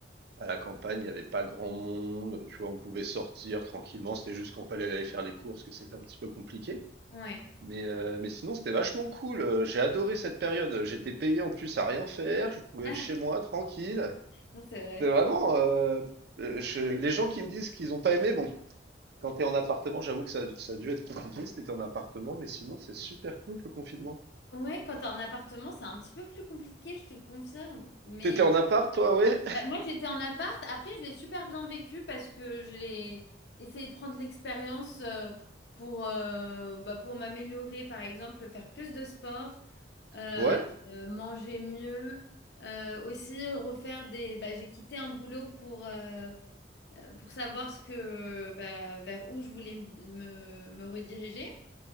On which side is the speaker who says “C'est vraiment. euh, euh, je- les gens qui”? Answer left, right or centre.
Right